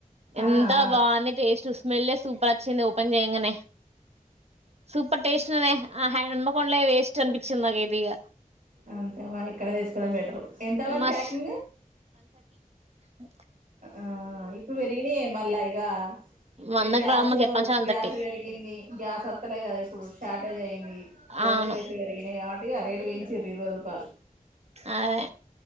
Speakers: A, on the right; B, on the right.
A: ఎంత
B: ఆ ఆ
A: బాగుంది టేస్ట్ స్మెల్లే సూపర్ వచ్చింది పన్ జేయంగనే సూపర్ టేస్ట్ ఉన్నదే ఆ హన్పకొండలయి వేస్ట్ అన్పించింది నాకైతే ఇగ
B: అంతే మరి ఇక్కడ తీస్కునది బెటరరు ఎంత మరి
A: మస్
B: ప్యాకింగ్
A: ఓ
B: ఆ ఇప్పుడు పెరిగినయే మళ్ళ ఇగ
A: వంద
B: ఇగ గ్యాస్
A: గ్రాములకి ఎప్పనుంచో వన్
B: గ్యాస్
A: థర్టీ
B: పెరిగింది. గ్యాస్ అత్తలే కదా ఇప్పుడు షార్టేజ్ అయింది కోల్
A: అవును
B: రేట్లు పెరిగినయి కాబట్టి ఇగ రేట్ పెం ఇ ఇరవై రూపాయల్
A: అదే